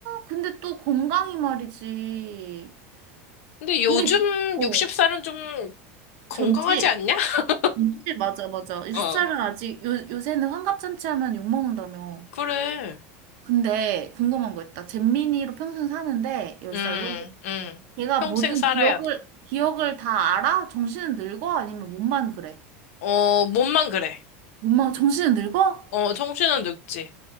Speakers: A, on the right; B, on the left.
A: 근데 또 건강이 말이지.
B: 근데 요즘
A: 근데 어,
B: 60살은 좀 건강하지
A: 젊지?
B: 않냐? <laughs>
A: 젊지 맞아 맞아. 60살은
B: 어,
A: 아직 요 요새는 환갑잔치 하면 욕 먹는다며.
B: 그래.
A: 근데 궁금한 거 있다. 잼민이로 평생 사는데 10살로
B: 음, 음.
A: 걔가
B: 평생
A: 모든
B: 살아야
A: 기억을
B: 돼.
A: 기억을 다 알아? 정신은 늙어? 아니면 몸만 그래?
B: 어, 몸만 그래.
A: 몸만 정신은 늙어?
B: 어, 정신은 늙지.